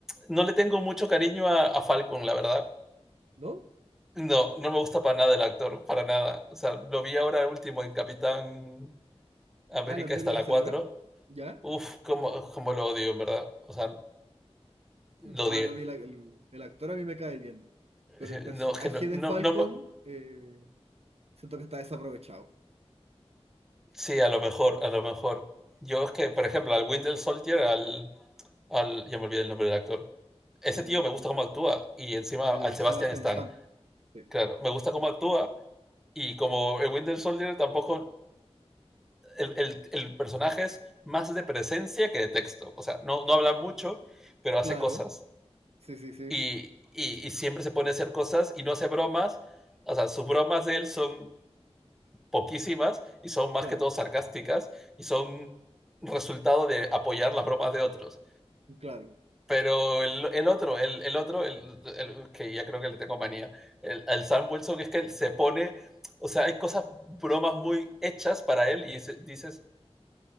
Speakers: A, in the centre; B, on the right (about 70°).
A: no le tengo mucho cariño a, a Falcon, la verdad.
B: ¿no?
A: No, no me gusta para nada el actor, para nada. O sea, lo vi ahora último en Capitán América
B: Ah, la película
A: está la
B: que salió
A: cuatro
B: ahora. ¿Ya?
A: Uf, como, como lo odio, en verdad. O sea, lo
B: Ah,
A: odié.
B: no, a mí la- el, el actor a mí me cae bien. Pero
A: Sí,
B: el personaje
A: No, es que no,
B: de
A: no,
B: Falcon,
A: no me-
B: eh, siento que está desaprovechado.
A: Sí, a lo mejor, a lo mejor. Yo es que, por ejemplo, al Winter Soldier, al, al. Ya me olvidé el nombre del actor. Ese
B: El,
A: tío me gusta cómo actúa. Y encima
B: el
A: al Sebastian
B: Sebastian
A: Stan.
B: Stan. Sí.
A: Claro, me gusta cómo actúa. Y como el Winter Soldier tampoco. El, el- el personaje es más de presencia que de texto. O sea, no, no habla mucho, pero hace
B: Claro,
A: cosas.
B: sí, sí, sí,
A: y, y, y siempre se pone a hacer cosas y no hace bromas. O sea, sus bromas de él son poquísimas y son más
B: claro,
A: que todo sarcásticas y son resultado de apoyar las bromas de otros.
B: claro.
A: Pero el, el otro, el, el otro, el, el, que ya creo que le tengo manía, el, el Sam Wilson es que él se pone, o sea, hay cosas, bromas muy hechas para él y se, dices,